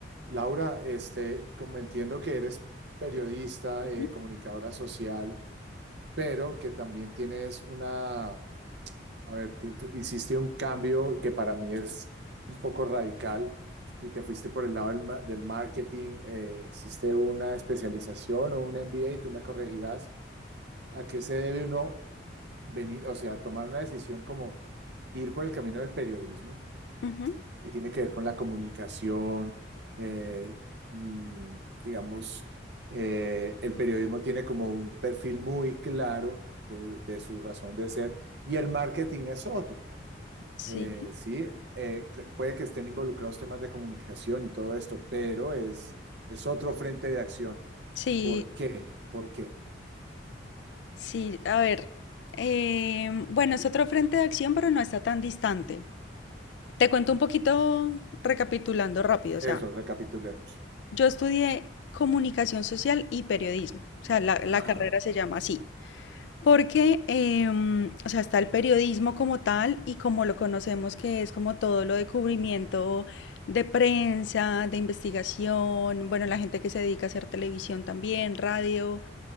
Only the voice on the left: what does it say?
Ujú,
ujú.
Sí,
sí,
sí. A ver, em, bueno, es otro frente de acción, pero no está tan distante. Te cuento un poquito recapitulando rápido. O sea,
yo estudié comunicación social y periodismo. O sea, la, la
carrera se llama así. Porque, em, o sea, está el periodismo como tal y como lo conocemos, que es como todo lo de cubrimiento de prensa, de investigación, bueno, la gente que se dedica a hacer televisión también, radio.